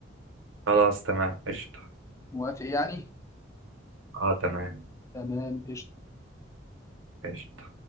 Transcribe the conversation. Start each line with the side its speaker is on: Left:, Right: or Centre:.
Right: خلاص تمام قشطه
Left: موافق يعني؟
Right: اه تمام
Left: تمام قشطة
Right: قشطه